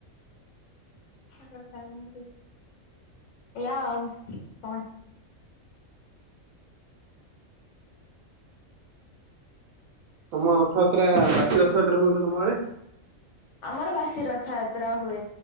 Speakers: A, on the left; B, on the right.
A: <unintelligible> ଏଆ ଆଉ କଣ?
B: ତମ ରଥଯାତ୍ରା ବାସୀ ରଥଯାତ୍ରା ହୁଏ ପା ତମ ଆଡେ।
A: ଆମର ବାସି ରଥଯାତ୍ରା ହୁଏ